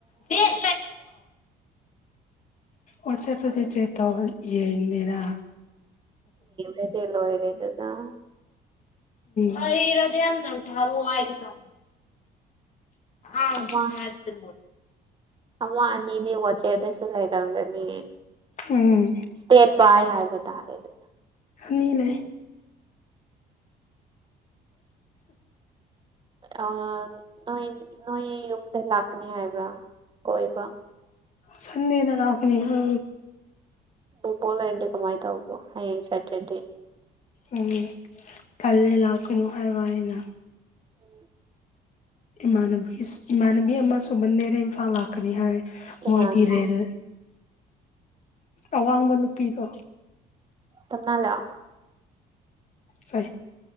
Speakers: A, on the left; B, on the right.
A: ꯅꯦꯠ ꯑꯣꯆꯦꯄꯗꯤ ꯆꯦ ꯌꯦ ꯃꯦꯔ
B: ꯏꯗꯤ ꯂꯔꯦꯗꯗꯥ
A: ꯍ ꯏꯔꯗꯤ ꯌꯥꯗ ꯍ ꯍꯥꯏꯒꯦ ꯇ ꯑ
B: ꯑꯃ
A: ꯇꯣ
B: ꯑꯃ ꯑꯅꯤꯗꯤ ꯋꯥꯆꯦꯔꯗꯁꯨ ꯂꯩꯔꯝꯒꯅꯤ
A: ꯎꯝ
B: ꯏꯁꯇꯦꯠ ꯕꯥꯏ ꯍꯥꯏꯕ ꯇꯥꯔꯦ ꯑꯗꯨ
A: ꯅꯤ ꯂꯩꯦ
B: ꯑ ꯅꯣꯏ ꯅꯣꯏ ꯌꯨꯝꯗ ꯂꯥꯛꯀꯅꯤ ꯍꯥꯏꯕ꯭ꯔꯥ ꯀꯣꯏꯕ
A: ꯁꯟꯗꯦꯅ ꯂꯥꯛꯀꯅꯤ ꯑ
B: ꯕꯨꯕꯣꯂꯔꯗꯤ ꯀꯃꯥꯏ ꯇꯧꯕꯧꯕꯣ ꯍꯌꯦꯡ ꯁꯦꯇꯔꯗꯦꯅꯤ
A: ꯎꯝ ꯀꯂ ꯂꯥꯛꯀꯃ ꯑꯔꯋꯥꯥꯏꯅ
B: ꯎꯝ
A: ꯏꯃꯥꯟꯅꯕꯤ ꯏꯃꯥꯟꯅꯕꯤ ꯑꯃ ꯁꯨꯃꯟꯗꯔꯦ ꯏꯝꯐꯥꯜ ꯂꯥꯛꯀꯅꯤ ꯍꯥꯏ
B: ꯀꯅꯥꯅꯣ
A: ꯃꯣꯏꯗꯤꯔꯦꯜ ꯑꯋꯥꯡꯕ ꯅꯨꯨꯄꯤꯗ
B: ꯇꯝꯅ ꯂ
A: ꯁ